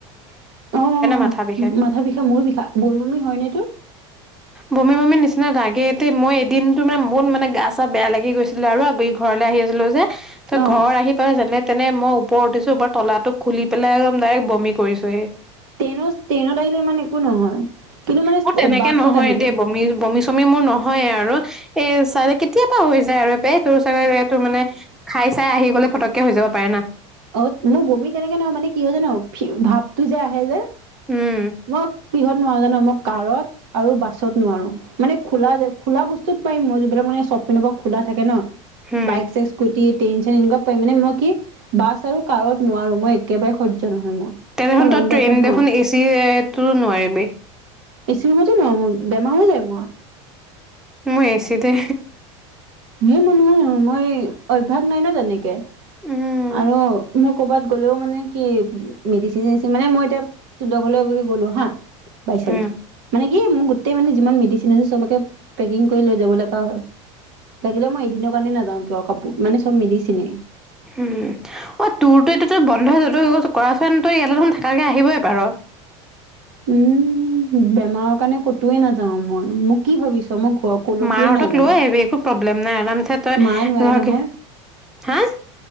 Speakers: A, on the right; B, in the centre.
A: অ',
B: মাথা বিষে
A: মাথা বিষা মোৰো বিষা বনভমি হয় নে তোৰ?
B: বমি -বমি নিচিনা লাগে মই এদিনতটো মানে বহুত মানে গা ছা বেয়া লাগি গৈছিলে আৰু ঘূৰি ঘৰলে আহি আছিলো যে তই
A: অ',
B: ঘৰ আহি পেল যেনে তেনে মই ওপৰত উঠিছো ওপৰত তলাটো খুলি পেলাই একদম ডাইৰেক্ট বমি কৰিছোহি
A: ট্ৰেইনত ট্ৰেইনত আহিলে ইমান একো নহয়। কিন্তু মানে
B: ম তেনে।
A: বাছত
B: নহয়
A: আহিলে
B: দেই বমি, বমি, চমি মোৰ নহয় আৰু এ চাৰেকিত কেতিয়াবা হৈ যায় আৰু তোৰ চাগে জ তোৰ মানে খাই চাই আহি হ'লে ফটককে হৈ যাব পাৰে না।
A: অহ ', মই বমি তেনেকে নহয় মানে কি হয় জানো ভাৱটো যে আহে যে।
B: উম
A: মই বিহত নহয় জানো মোক কাৰত আৰু বাছত নোৱাৰো মানে খোলা যে খোলা বস্তুত পাৰিম মই যিবিলাক মানে চ আপোনোকৰ খোলা থাকে ন
B: হম
A: বাইক চাইক স্কুটিত। পেনঞ্চন এনক প মানে ম কি বাছ আৰু কাৰত নোৱাৰো মই একেবাৰে সয্য নহয় মই।
B: তেনেখনন
A: মই লং
B: তই
A: ড্ৰাইভত
B: ট্ৰেইন
A: নোৱাৰো
B: দেখোন এচিয়ে তো নোৱাৰিবি।
A: এচিৰ ৰুমত ন' বেমাৰ হৈ যায় মোৰ।
B: মই এছি দে
A: নে মনোহ মই অভ্যয়াস নাই ন' তেনেকে।
B: উম,
A: আৰু মই কৰ'বাত গ'লেও মানে কি মেডিচিন মানে মই এতিয়া তু দ ঘৰলৈ গ'লো। হহ ', বাইচানস
B: উম,
A: মানে কি? এ মোৰ গোটেই মানে যিমান মেডিচিন আছে চবকে পেকিং কৰি লৈ যাব লগা হয়। লাগিলে মই এদিন নে নাজাওঁ কিয় কাপোৰ মানে চব মেডিছেনে।
B: উম, অ', তোৰ তো এতিাতো বন্ধ হৈ য ত কৰাচোন তই ইয়ালৈ থাকাকে আহিবই পাৰ।
A: উম', বেমাৰৰ কাৰণে কতোৱে নাযাও মই মোক কি ভাবিছ মই ঘৰ কলৈকোৱে
B: মাহঁতক
A: নাযাও
B: লৈ আহিবি একো প্ৰব্লেম নাই আৰামছে তই
A: মায়ে নোৱাৰে নহয়